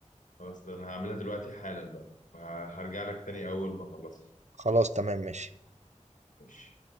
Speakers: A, on the left; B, on the right.
A: خلاص ده انا هعملها دلوقتي حالا بقى وهرجع لك تاني اول ما اخلصها
B: خلاص تمام ماشي
A: ماشي